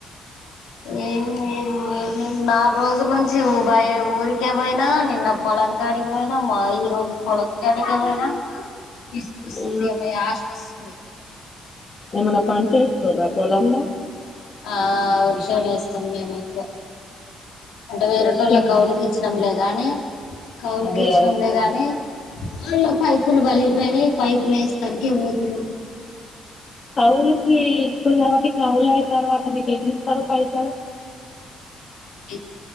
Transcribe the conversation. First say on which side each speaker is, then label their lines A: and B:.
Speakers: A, on the left; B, on the left.
A: ఏమ్ లేదు నేన్ నాలుగు రోజుల నుంచి బాయ ఊరికే పోయినా నిన్న పో లంకడి పోయినా మా ఈ రోజు. పొలం కాడికే పోయినా <unintelligible>
B: ఆ ఏమనా పంట ఎస్తుర్రా పొలంలా
A: ఆ వరి చేను ఎస్తాం మేం ఎక్కువ అంటే వేరేటోళ్ళ
B: వర్షం
A: కవులుకిచ్చినాంలేగాని కౌలుకిచ్చనంలేే
B: అదే అదే
A: గాని వాల్లు పైపులు బలిపోయినై పైపులు ఎస్తానికి తిను
B: కవులుకి ఇస్తు కాబట్టి కవులయి తర్వాత మీకు ఎన్ని ఇస్తారు పైసలు
A: <unintelligible>